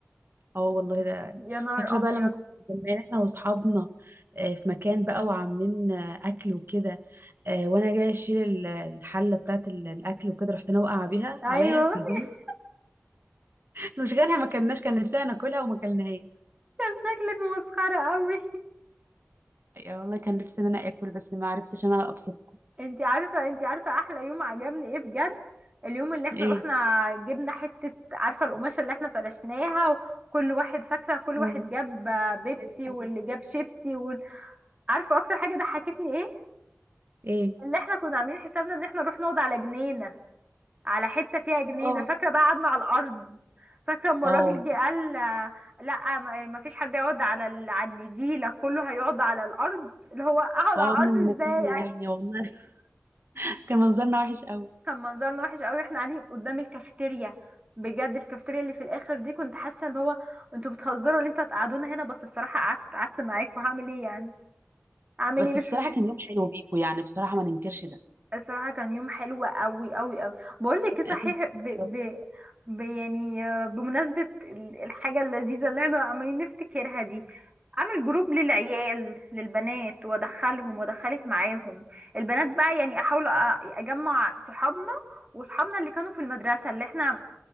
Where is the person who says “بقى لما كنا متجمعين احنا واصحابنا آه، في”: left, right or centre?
Right